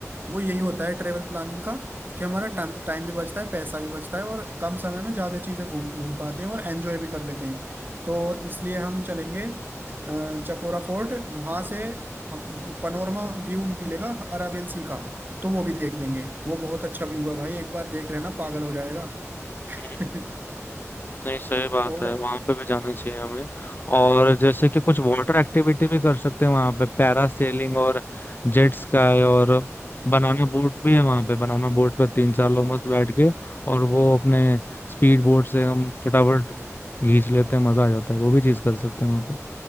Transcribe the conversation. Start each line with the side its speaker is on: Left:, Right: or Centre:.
Right: वो यही होता है ट्रेवल प्लानिंग का कि हमारा टाइम टाइम भी बचता है पैसा भी बचता है और कम समय में ज्यादा चीजें घूम घूम पाते हैं और एंजॉय भी कर लेते हैं तो इसलिए हम चलेंगे अ, चपोरा फोर्ट वहां से हम जो पनोरमा व्यू मिलेगा अराबियन सी का तो वो भी देख लेंगे वो बहुत अच्छा व्यू है भाई एक बार देख लेना पागल हो जाएगा
Left: हम्म।
Right: <laughs>
Left: नहीं सही बात
Right: और
Left: है वहां पे भी जाना चाहिए हमें और जैसे कि कुछ वाटर एक्टिविटी भी कर सकते हैं वहां पे पैरा सेलिंग और जेट स्काई और बनाना बोट भी है वहां पे बनाना बोट पे तीन चार लोग मस्त बैठ के और वो अपने स्पीड बोट से हम फटाफट खींच लेते हैं मजा आ जाता है वो भी चीज कर सकते हैं वहां पे